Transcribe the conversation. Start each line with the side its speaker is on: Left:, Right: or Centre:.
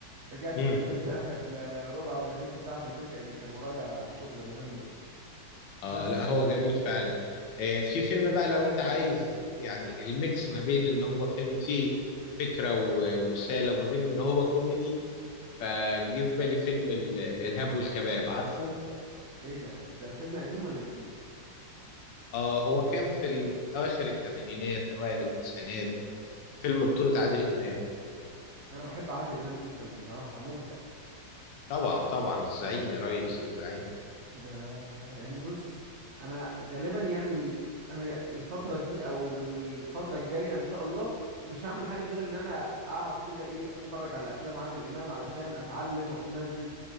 Right: رجعت
Left: امم
Right: كملت اخر ل- ربع ولا تلت ساعة في البيت لان كان ورايا شغل مهم يعني
Left: اه
Right: بس
Left: لا هو جميل فعلا آه في فيلم بقى لو انت عايز يعني الميكس ما بين ان هو فيلم فيه فكرة و- ورسالة وما بين ان هو كوميدي فجه في بالي فيلم ال- الارهاب والكباب عارفه
Right: ايه ده ده فيلم قديم ولا جديد
Left: اه هو كان في ال- اواخر الثمانينات اوائل التسعينات فيلم بطولة
Right: مم.
Left: عادل امام
Right: انا بحب عادل امام جدا بصراحة مبدع
Left: طبعا طبعا الزعيم يا ريس الزعيم
Right: ده يعني بص انا غالبا يعني انا الفترة دي او الفترة الجاية ان شاء الله مش هعمل حاجة غير ان انا اقعد كده ايه اتفرج على افلام عادل امام علشان اتعلم واتمزج